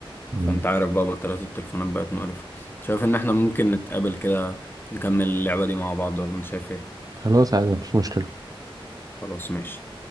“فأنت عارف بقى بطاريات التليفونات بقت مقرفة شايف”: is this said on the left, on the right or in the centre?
Left